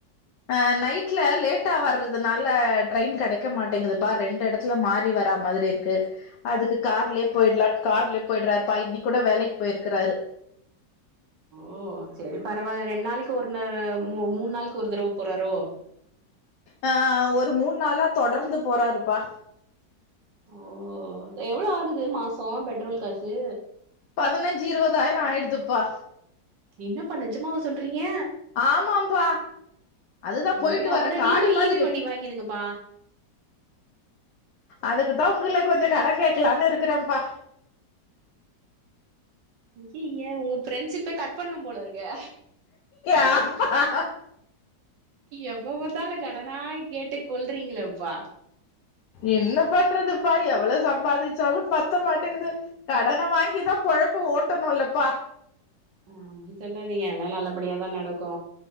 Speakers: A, on the left; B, on the right.
A: ஆ நைட்ல லேட்டா வர்றதுனால ட்ரெயின் கிடைக்க மாட்டேங்குதுப்பா ரெண்டு எடத் துல மாறி வரா மாதிரி இருக்கு அதுக்கு கார்லையே போய்டலான் கார்லையே போய்ட்றாருப்பா இன்னைக்கு கூட வேலைக்கு போயிருக்காரு
B: ஓ செரி பரவால்ல ரெண்டு நாளைக்கு ஒரு நார மூ மூண் நாளைக்கு ஒரு தடவ போறாரோ
A: ஆ ஒரு மூண் நாளா தொடர்ந்து போறாருப்பா
B: ஓ எவ்ளோ ஆகுது மாசோ பெட்ரோல் காசு
A: பதினைஞ்சு இருவதாயிரோ ஆய்டுதுப்பா
B: என்னப்பா நெஜமாவா சொல்றீங்க
A: ஆமாம்பா அது தா போய்ட்டு
B: ஐயோ அப்பனா
A: வர காடு
B: நீங்களு
A: மாதிரி
B: ஈவி வண்டி வாங்கிருங்கப்பா
A: அதுக்கு தா உங்கள கொஞ்சோ கடன் கேக்கலான்னு இருக்குறேன்ப்பா
B: ஐய்யய்ய உங்க ஃப்ரெண்ட்ஸ்ஷிப்பே கட் பண்ணும் போல இருக்கே
A: ஏப்பா
B: எப்ப பாத்தாலு கடனா கேட்டு கொள்றீங்களே ப்பா
A: என்ன பண்றதுப்பா எவ்வளோ சம்பாதிச்சாலு பத்த மாட்டேங்குது கடன வாங்கி தா பொழப்ப ஓட்டணுல்லப்பா
B: அ அப்டி சொல்லாதீங்க எல்லா நல்லபடியா தா நடக்கு